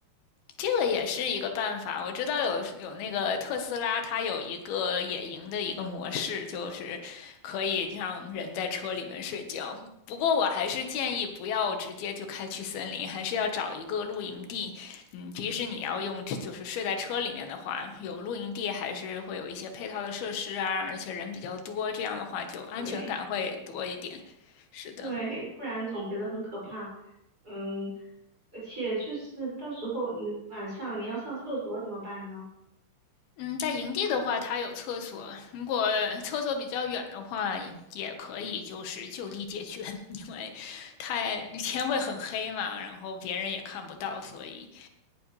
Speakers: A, on the left; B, on the right.
A: 这个也是一个办法。我知道有有那个特斯拉，它有一个野营的一个模式，就是可以让人在车里面睡觉。不过我还是建议不要直接就开去森林，还是要找一个露营地。嗯，即使你要用就是睡在车里面的话，有露营地还是会有一些配套的设施啊，而且人比较多，这样的话就安全感会多一点。
B: 对
A: 是的。
B: 对，不然总觉得很可怕。嗯，而且就是到时候你晚上你要上厕所怎么办呢？
A: 嗯，在营地的话，它有厕所。如果厕所比较远的话，也也可以就是就地解决，<laughs> 因为太天会很黑嘛，
B: 嗯，
A: 然后别人也看不到，所以